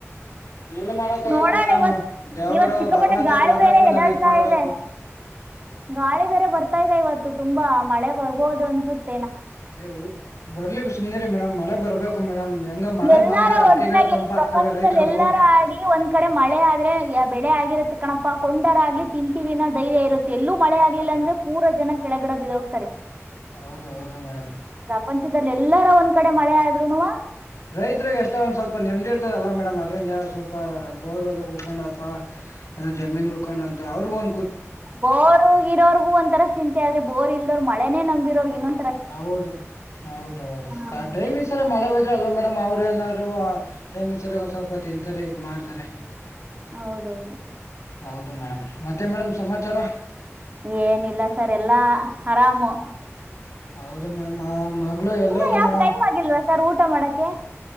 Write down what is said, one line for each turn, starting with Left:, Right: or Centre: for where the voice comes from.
Left: ಏನು ಮಾಡಕ ಆಗಲ್ಲ
Right: ನೋಡೋಣ
Left: ಮೇಡಮ್
Right: ಇವತ್
Left: ದೇವರು
Right: ಇವತ್ ಸಿಕ್ಕಾಪಟ್ಟೆ
Left: ಭಗವಂತ
Right: ಗಾಳಿ
Left: ಕೊಡ್ಬೇಕು
Right: ಬೇರೆ ಎದಾಳ್ತಾ
Left: ನಾವ್ ಇದ್ ಮಾಡ್ಬೇಕು
Right: ಇದೆ ಗಾಳಿ ಬೇರೆ ಬರ್ತಾ ಇದೆ ಇವತ್ತು ತುಂಬಾ ಮಳೆ ಬರ್ಬೋದು ಅನ್ಸುತ್ತ
Left: ಏ ಬರ್ಲಿ ಸುಮನೆ ರರಿ ಮೇಡಮ್ ಮಳೆ ಬರ್ಬೇಕು ಮೇಡಮ್ ಹೆಂಗ ಮಳೆ
Right: ಎಲ್ಲಾರು
Left: ಬಂದ್ರೆ ಅಡಿಕೆ
Right: ಒಟ್ಟನಾಗಿ
Left: ಗಿಡ ತಂಪಾಗ್ತವೆ
Right: ಪ್ರಪಂಚದಲ್ಲಿ
Left: ರೈತರವು
Right: ಎಲ್ಲಾರು ಆಗಿ ಒಂದ್ ಕಡೆ ಮಳೆ ಆದ್ರೆ ಬೆಳೆ ಆಗಿ ಇ ಕಣಪಾ ಕೊಂಡರ ಆಗ್ಲಿ ತಿಂತೀವಿನೋ ಧೈರ್ಯ ಇರುತ್ತೆ ಎಲ್ಲೂ ಮಳೆ ಆಗ್ಲಿಲ್ಲ
Left: ಹೌದು
Right: ಅಂದ್ರೆ ಪೂರ ಜನ ಕೆಳಗಿಡ ಬಿದ ಹೋಗ್ತಾರೆ
Left: ಹೌದು ಹೌದು ಮೇಡಮ್
Right: ಪ್ರಪಂಚದಲ್ಲಿ ಎಲ್ಲಾರ ಒಂದ್ ಕಡೆ ಮಳೆ ಆದ್ರುನುವ
Left: ರೈತರಿರಿಗೆ ಎಷ್ಟೊ ಒಂದ ಸ್ವಲ್ಪ ನೆಮ್ದಿ ಇರ್ತದಲ್ವಾ ಮೇಡಮ್ ಅದ್ರಂದ ಸ್ವಲ್ಪ ಬೋರ್ಗಳಲ್ಲ ಉಳ್ಕೊಂಡಪ್ಪಾ ಏನ ಜಮೀನ್ ಉಳ್ಕೊಂಡಂತ ಅವ್ರಗ ಒ
Right: ಬೋರ್ ಇರೋರ್ಗೂ ಒಂಥರ ಚಿಂತೆ ಆದ್ರೆ ಬೋರ್ ಇಲ್ದೋ್ರರು ಮಳೆನೆೇ ನಂಬಿರೋರ್ಗ್ ಇನ್ನೊಂದು
Left: ಹೌದು ಹೌದೌದು
Right: ಹ್ಮ್
Left: ಟೈಮ್ ಸರ ಮಳೆ ಇದ್ರ ಅಲ್ವಾ ಮೇಡಮ್ ಅವ್ರು ಏನಾದ್ರು ಟೈಮ್ ಸರಿ ಸ್ವಲ್ಪ ತಿಂತಾರೆ ಇದ್ ಮಾಡ್ತಾರೆ
Right: ಹೌದೌದು
Left: ಹೌದು ಮೇಡಮ್ ಮತ್ತೆ ಮೇಡಮ್ ಸಮಾಚಾರ
Right: ಏನಿಲ್ಲ ಸರ್ ಎಲ್ಲಾ ಆರಾಮು
Left: ಹೌದು ಮೇಡಮ್ ಎಲ್ಲರು
Right: ಇನ್ನು ಯಾಕೆ
Left: ಮೇಡ್
Right: ಟೈಮ್ ಆಗಿಲ್ವಾ ಸರ್ ಊಟ ಮಾಡಕ್ಕೆ